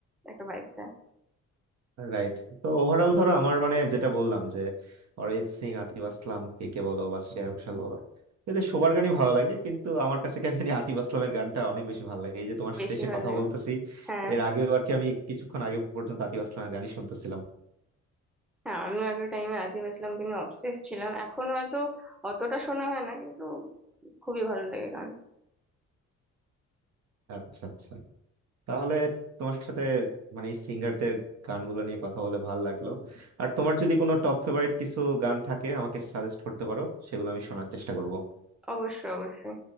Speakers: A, in the centre; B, on the right.
A: একটা ভাইব দেয়
B: রাইট তো ওভারঅল ধরো আমার মানে যেটা বললাম যে অরিজিৎ সিং আতিফ আসলাম কে কে বলো বা শ্রেয়া ঘোষাল বলো এদের সবার গানই ভালো লাগে কিন্তু আমার কাছে কেন জানি আতিফ আসলামের গানটা অনেক বেশি ভালো লাগে এই যে তোমার
A: বেশি
B: সাথে এসে
A: ভালো
B: কথা
A: লাগে
B: বলতেছি
A: হ্যাঁ
B: এর আগেও আর কি আমি কিছুক্ষণ আগে পর্যন্ত আতিফ আসলামের গানই শুনতেছিলাম
A: হ্যাঁ আমিও একটা টাইমে আতিফ আসলামকে নিয়ে অবসেস ছিলাম এখন হয়তো অতটা শোনা হয় না কিন্তু খুবই ভালো লাগে গান
B: আচ্ছা আচ্ছা তাহলে তোমার সাথে মানে এই সিঙ্গারদের গানগুলো নিয়ে কথা বলে ভালো লাগলো আর তোমার যদি কোনো টপ ফেভারিট কিছু গান থাকে আমাকে সাজেস্ট করতে পারো সেগুলো আমি শোনার চেষ্টা করব
A: অবশ্যই অবশ্যই